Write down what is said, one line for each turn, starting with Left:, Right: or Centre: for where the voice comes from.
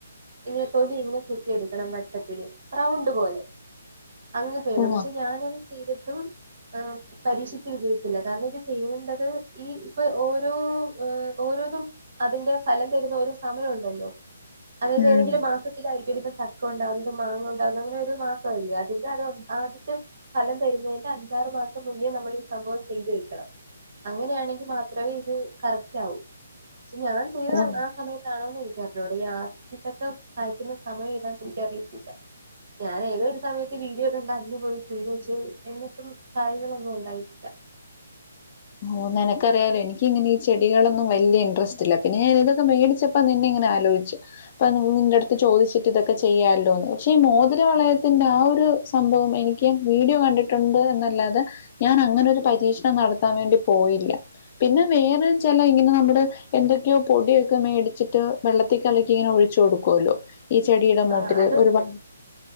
Right: ഇങ്ങനെ തൊലി ഇങ്ങനെ ചുരുട്ടി എടുക്കണം വട്ടത്തില് റൗണ്ട് പോലെ അങ്ങനെ ചെയ്യണം
Left: ഓ
Right: പക്ഷെ ഞാനത് ചെയ്തിട്ടും പരീക്ഷിച്ച് വിജയിത്തില്ല കാരണം ഇത് ചെയ്യേണ്ടത് ഈ ഇപ്പൊ ഓരോ ഓരോന്നും അതിന്റെ ഫലം തരുന്ന ഒരു സമയം ഉണ്ടല്ലോ അതായത്
Left: ഉം
Right: ഏതെങ്കിലും മാസത്തിലായിരിക്കും പിന്നെ ഇപ്പ ചക്കണ്ടാവുന്നതും മാങ്ങ ഉണ്ടാവുന്നതും അങ്ങനെ ഒരു മാസല്ലേ അതിന്റെ അത് ആദ്യത്തെ ഫലം തരുന്നതിന്റെ അഞ്ചാറ് മാസം മുന്നേ നമ്മള് ഈ സംഭവം ചെയ്ത് വെക്കണം അങ്ങനെയാണെങ്കിൽ മാത്രേ ഇത് കറക്ട് ആവു പക്ഷേ ഞാൻ ചെയ്ത
Left: ഓ
Right: ആഹ് സമയത്ത് ആണോന്ന് എനിക്കറിഞ്ഞൂട ഈ ആത്തിച്ചക്ക കായിക്കുന്ന സമയം ഏതാന്ന് എനിക്കറിയത്തില്ല ഞാൻ ഏതൊ ഒരു സമയത്ത് വീഡിയോ കണ്ട് അന്ന് പോയി ചെയ്ത് വെച്ച് എന്നിട്ടും കായ്ളൊന്നും ഉണ്ടായിട്ടില്ല
Left: ഓഹ് നിനക്കറിയാലോ എനിക്കിങ്ങനെ ഈ ചെടികളൊന്നും വലിയ ഇട്രസ്റ്റ് ഇല്ല പിന്നെ ഞാന് ഇതൊക്ക മേടിച്ച അപ്പൊ നിന്നെ ഇങ്ങനെ ആലോച്ചു ഇപ്പൊ നിന്റെ അടുത്ത് ചോദിച്ചിട്ട് ഇതൊക്കെ ചെയ്യാല്ലോ പക്ഷേ ഈ മോതിര വളയത്തിന്റെ ആഹ് ഒരു സംഭവം എനിക്ക് വീഡിയോ കണ്ടിട്ടുണ്ട് എന്നല്ലാതെ ഞാൻ അങ്ങനെ ഒരു പരീക്ഷണം നടത്ത ത്താൻ വേണ്ടി പോയില്ല പിന്നെ വേറെച്ചില ഇങ്ങനെ നമ്മുടെ എന്തൊക്കെയോ പൊടിയൊക്കെ മേടിച്ചിട്ട് വെള്ളത്തിക്കലക്കി ഇങ്ങനെ ഒഴിച്ചു കൊടുക്കല്ലോ ഈ ചെടിയുടെ മൂട്ടില്
Right: ആ അതുണ്ട്
Left: ഒരുപാട്